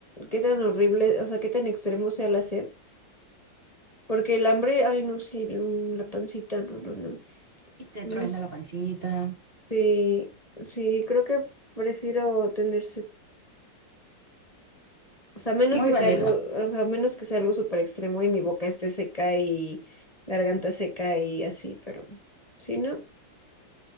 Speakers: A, on the left; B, on the right.
A: qué tan horrible, o sea, qué tan extremo sea la sed. Porque el hambre, ay, no, sí, mm, la pancita, no, no, no,
B: Y te
A: no
B: truena
A: sé.
B: la pancita.
A: Sí, sí, creo que prefiero tener sed. O sea, menos
B: Muy
A: que
B: válido.
A: sea algo, o sea, menos que sea algo súper extremo y mi boca esté seca y garganta seca y así, pero si no,